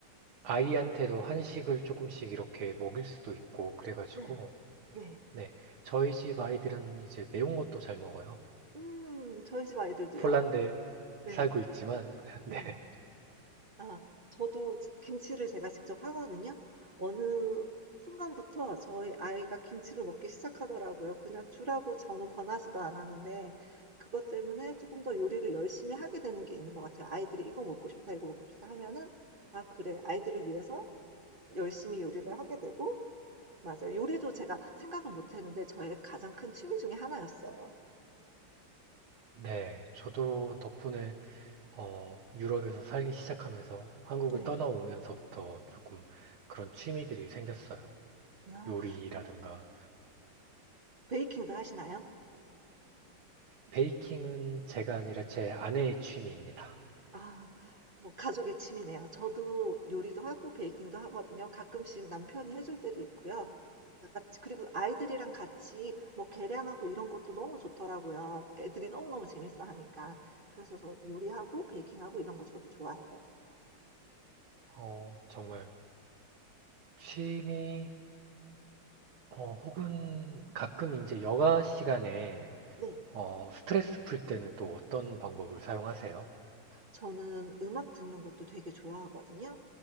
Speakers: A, on the right (about 80°); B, on the right (about 35°).
A: 아이한테도 한식을 조금씩 이렇게 먹일 수도 있고 그래가지고.
B: 네. 네.
A: 네, 저희 집 아이들은 이제 매운 것도 잘 먹어요.
B: 음 저희 집 아이들도요.
A: 폴란드에
B: 네.
A: 살고 있지만, <laughs> 네,
B: 네. 아 저도 지 김치를 제가 직접 하거든요. 어느 순간부터 저희 아이가 김치를 먹기 시작하더라고요. 그냥 주라고 저는 권하지도 않았는데 그것 때문에 쪼끔 더 요리를 열심히 하게 되는 게 있는 것 같아요. 아이들이 "이거 먹고 싶다. 이거 먹고 싶다." 하면은 '아 그래.' 아이들을 위해서 열심히 요리를 하게 되고 맞아요. 요리도 제가 생각은 못 했는데 저의 가장 큰 취미 중에 하나였어요.
A: 네, 저도 덕분에 어, 유럽에서 살기 시작하면서 한국을
B: 네.
A: 떠나오면서부터 조금 그런 취미들이 생겼어요.
B: 아.
A: 요리라든가
B: 베이킹도 하시나요?
A: 베이킹은 제가 아니라 제 아내의 취미입니다.
B: 아 뭐 가족의 취미네요. 저도 요리도 하고 베이킹도 하거든요. 가끔씩 남편이 해줄 때도 있고요. 다 같이 그리고 아이들이랑 같이 뭐 계량하고 이런 것도 너무 좋더라고요, 애들이 너무너무 재밌어하니까. 그래서 저 요리하고 베이킹하고 이런 거 저도 좋아해요.
A: 어, 정말 취미 어, 혹은 가끔 이제 여가 시간에
B: 네.
A: 어, 스트레스 풀 때는 또 어떤 방법을 사용하세요?
B: 저는 음악 듣는 것도 되게 좋아하거든요.